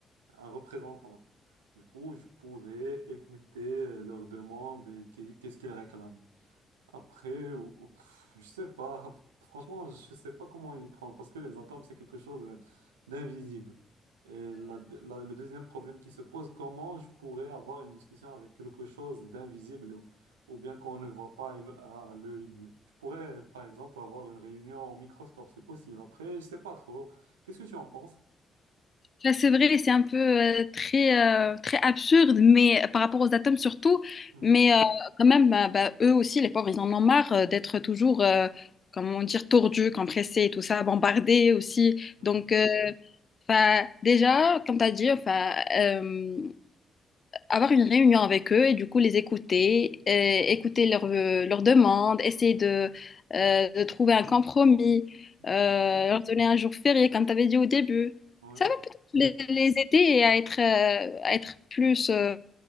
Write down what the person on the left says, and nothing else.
Ça, c'est vrai, c'est un peu euh, très, euh, très absurde, mais euh, par rapport aux atomes surtout,
mais euh, quand même, bah, bah, eux aussi, les pauvres, ils en ont marre euh, d'être toujours, euh, comment dire, tordus, compressés et tout ça, bombardés aussi.
Donc, euh, 'fin, déjà, comme tu as dit, enfin euh, avoir une réunion avec eux et du coup les écouter, et écouter leurs euh, leurs demandes, essayer de, euh, de trouver un compromis, euh,
leur donner un jour férié comme tu avais dit au début.
Ça va peut-être les, les aider à être, euh, à être plus euh,